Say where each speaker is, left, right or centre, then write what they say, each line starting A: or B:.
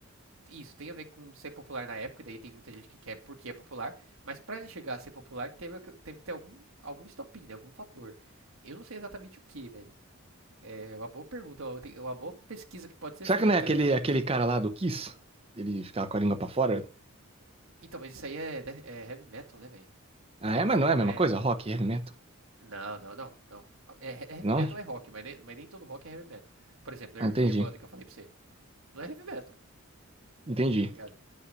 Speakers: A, on the right; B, on the right.
A: isso, tem a ver com ser popular na época, daí tem muita gente que quer porque é popular, mas pra ele chegar a ser popular teve, que- teve que ter algum, algum estopim, né, algum fator. Eu não sei exatamente o que, velho. É uma boa pergunta, uma tem- uma boa pesquisa que pode ser
B: Será
A: feita,
B: que não é aquele,
A: né?
B: aquele cara lá do Kiss? Ele ficava com a língua pra fora?
A: Então, mas isso aí é, de- é heavy metal, né, velho?
B: Ah, é, mas
A: Acho
B: não
A: que não
B: é a mesma
A: é.
B: coisa? Rock e heavy metal?
A: Não, não, não, não. É, é heavy
B: Não?
A: metal é rock, mas nem, mas nem todo rock é heavy metal. Por exemplo,
B: Ah,
A: Nir-
B: Entendi,
A: Nirvana, que eu falei pra você. Não é heavy metal,
B: entendi.
A: tá ligado?